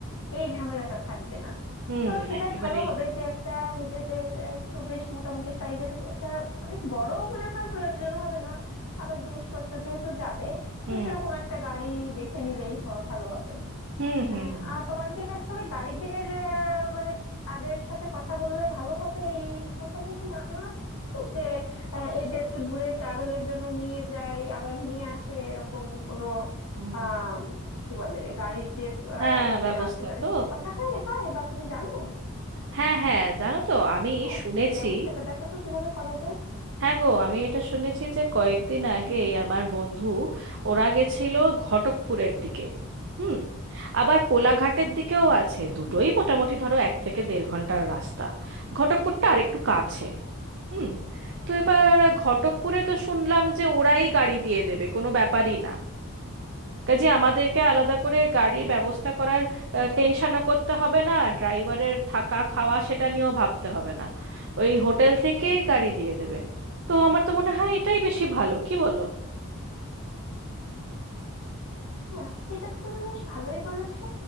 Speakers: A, on the left; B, on the right.
A: এই ঝামেলাটা থাকবে না
B: হুম
A: তো সেটাই
B: একেবারেই
A: ভালো হবে
B: না
A: যে একটা নিজেদের আহ, একটু বেশ মোটামুটি সাইজের একটা অনেক বড় মনে হয় প্রয়োজন হবে না আবার জিনিসপত্র যেহেতু যাবে
B: হুম
A: তো সেরকম একটা গাড়ি দেখে নিলেই হ- ভালো হবে
B: হুম
A: হ্যাঁ,
B: হুম হুম
A: আর তোমার কি আসলে গাড়িদের আহ, মানে কাদের সাথে কথা বললে ভালো হবে এই সম্পর্কে কি জানা আছে যে আহ, এই যে একটু দূরে ট্রাভেলের জন্য নিয়ে যায় আবার নিয়ে আসে এরকম কোনো
B: হুম
A: আহ কি বলে গাড়ির যে আহ,
B: হ্যাঁ
A: লোকেরা
B: ব্যবস্থা
A: আছে তাদের
B: তো
A: সাথে কথা হয় হয় বা তুমি জানো
B: হ্যাঁ হ্যাঁ জানো তো আমি
A: হ্যাঁ
B: শুনেছি
A: হ্যাঁ এই ব্যবস্থাটা দেখো তো কিভাবে করা যায়
B: হ্যাঁ গো আমি এটা শুনেছি যে কয়েকদিন আগে
A: হুম,
B: আমার বন্ধু ওরা গেছিল ঘটকপুরের দিকে হুম আবার কোলাঘাটের দিকেও আছে দুটোই
A: হুম।
B: মোটামুটি ধরো এক থেকে দেড় ঘন্টার রাস্তা ঘটকপুরটা আরেকটু কাছে হুম তো এবার ঘটকপুরে তো শুনলাম যে ওরাই গাড়ি দিয়ে দেবে কোনো ব্যাপারই না কাজে আমাদেরকে আলাদা করে গাড়ির ব্যবস্থা করার টেনশনও করতে হবে না ড্রাইভারের থাকা খাওয়া সেটা নিয়েও ভাবতে হবে না ওই হোটেল থেকে গাড়ি দিয়ে দেবে তো আমার তো মনে হয় এটাই বেশি ভালো কি বলো
A: হ্যাঁ সেটা তো তুমি বেশ ভালোই বলেছো